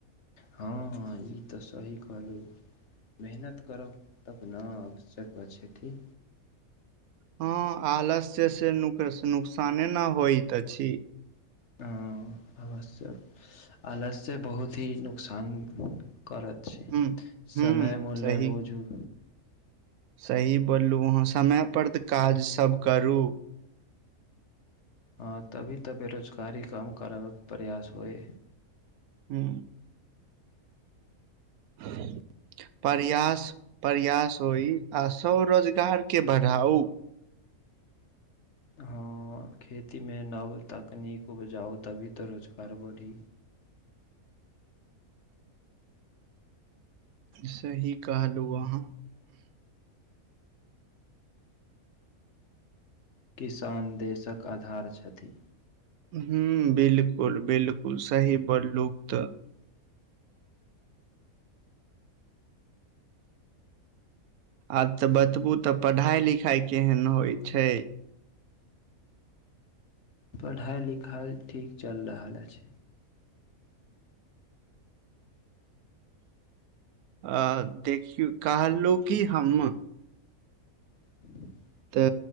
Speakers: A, on the left (about 55°); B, on the right (about 80°).
A: हँँ ई तऽ सही कहलहुँ। मेहनत करब तब ने आवश्यक अछि।
B: हँ आलस्य से नुक नुकसाने न होयत अछि।
A: ऐं अवश्यक आलस्य बहुत ही नुकसान करत। चित्थ,
B: हुं, हुं,
A: समय मूल्य
B: सही
A: बूझू।
B: सही बोललू अहाँ समय पर तऽ काज सब करू।
A: हंऽ तभी तऽ बेरोजगारी कम करबाक प्रयास होए।
B: हूँ, ह। प्रयास प्रयास होइ आ स्व रोजगार के बढ़ाऊ।
A: हँ खेतीमे नव तकनीक उपजाउ तभी तऽ रोजगार बढ़ी।
B: सहि कहलु अहां।
A: किसान देशक आधार छथि।
B: हूं बिलकुल बिलकुल सही बोललो त आब तऽ बतबू तऽ पढ़ाई लिखाई केहन होइ छैय।
A: पढ़ाई लिखाई ठीक चलि रहल अछि।
B: अ देखियौ कि कहलो कि हम्म
A: <inaudible>
B: तै